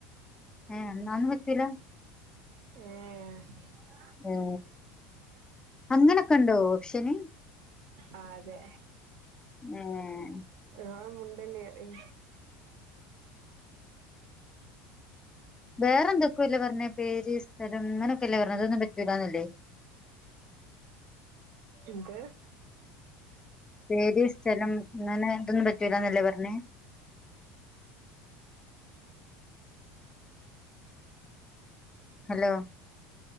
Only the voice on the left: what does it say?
ഏ എന്നാന്നും പറ്റൂലാ
ഏ അങ്ങനൊക്കെണ്ടോ ഓപ്ഷന്
ഏഹ്
വേറെ എന്തൊക്കോ അല്ലേ പർഞ്ഞ് പേര് സ്ഥലം അങ്ങനൊക്കല്ലേ പർഞ്ഞത് അതൊന്നും പറ്റി ചോയ്ച്ചാ നല്ലത്
പേര് സ്ഥലം അങ്ങനെ ഇതൊന്നും പറ്റൂലാന്നല്ലേ പറഞ്ഞേ ഹലോ